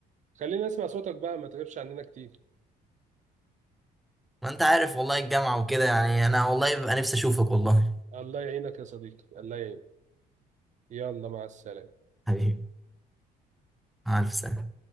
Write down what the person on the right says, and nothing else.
خلينا نسمع صوتك بقى ما تغيبش عننا كتير
الله يعينك يا صديقي الله يعينك يلا مع السلامه